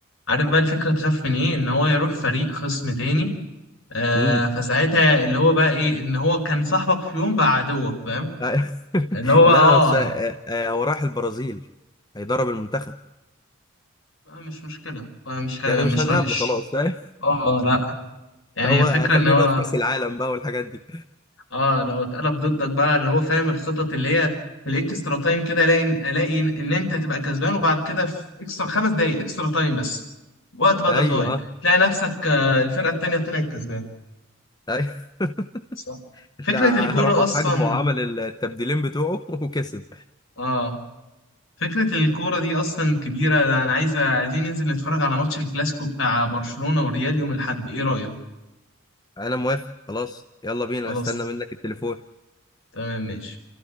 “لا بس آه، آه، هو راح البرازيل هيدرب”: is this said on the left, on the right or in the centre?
Left